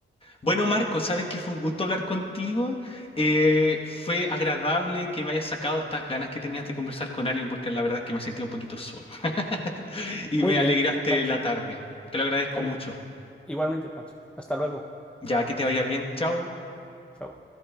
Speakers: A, on the left (about 25°); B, in the centre.
A: Bueno, Marco, sabes que fue un gusto hablar contigo. Eh, fue agradable que me hayas sacado estas ganas que tenías de conversar con alguien, porque la verdad es que me sentía un poquito solo. <laughs> Y
B: muy
A: me
B: bien,
A: alegraste
B: Pancho.
A: la tarde. Te lo agradezco
B: Está
A: mucho.
B: bien. Igualmente, Pancho. Hasta luego.
A: Ya, que te vaya bien. Chao.
B: Chao.